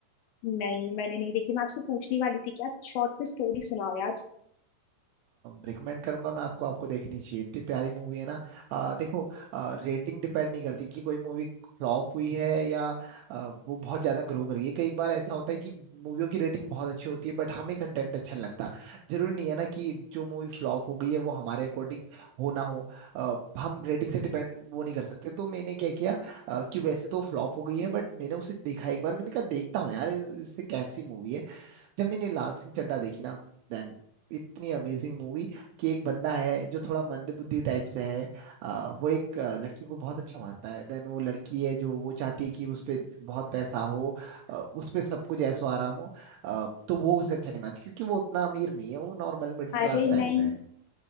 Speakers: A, on the left (about 80°); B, on the right (about 85°).
A: नहीं मैंने नहीं देखी मैं आपसे पूछने वाली थी कि आप शॉर्ट में स्टोरी सुनाओ यार
B: रिकमेंड करूंगा मैं आपको आपको देखनी चाहिए इतनी प्यारी मूवी है ना आ, देखो रेटिंग डिपेंड नहीं करती कि कोई मूवी फ्लॉप हुई है या आ, वो बहुत ज्यादा ग्रो कर गई है। कई बार ऐसा होता है कि मूवियों की रेटिंग बहुत अच्छी होती है बट हमें कंटेंट अच्छा नहीं लगता जरूरी नहीं है ना कि जो मूवी फ्लॉप हो गई है वो हमारे अकॉर्डिंग हो ना हो आ, हम रेटिंग से डिपेंड वो नहीं कर सकते तो मैंने क्या किया आ, कि वैसे तो फ्लॉप हो गई है बट मैंने उसे देखा एक बार मैंने कहा देखता हूँ यार इससे कैसी मूवी है जब मैंने लाल सिंह चड्ढा देखी ना देन इतनी अमेजिंग मूवी कि एक बंदा है जो थोड़ा मंदबुद्धि टाइप से है अ, वो एक अ, लड़की को बहुत अच्छा मानता है देन वो लड़की है जो वो चाहती है कि उस पे बहुत पैसा हो अ, उस पे सब कुछ ऐसो आराम हो अ, तो वो उसे अच्छा नहीं मानती क्योंकि वो उतना अमीर नहीं है वो नॉर्मल मिडिल क्लास
A: अरे
B: टाइप
A: नहीं
B: से है